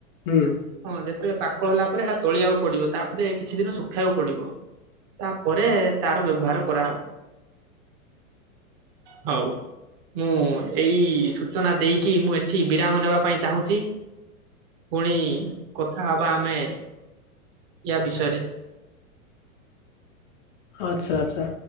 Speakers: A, on the left (about 35°); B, on the right (about 40°).
A: ହୁଁ।
B: ହଁ ଯେତେବେଳେ ପାକଳ ହେଲା ପରେ ସେଟା ତୋଳିବାକୁ ପଡିବ। ତା ପରେ କିଛି ଦିନ ଶୁଖବାକୁ ପଡ଼ିବ। ତାପରେ ତାର ବ୍ୟବହାର କରାହବ। ହଉ। ମୁଁ ଏଇ ସୂଚନା ଦେଇକି, ମୁଁ ଏଠି ବିରାମ ନେବା ପାଇଁ ଚାହୁଁଚି। ପୁଣି କଥା ହବା ଆମେ ୟା ବିଷୟରେ।
A: ଆଚ୍ଛା। ଆଚ୍ଛା।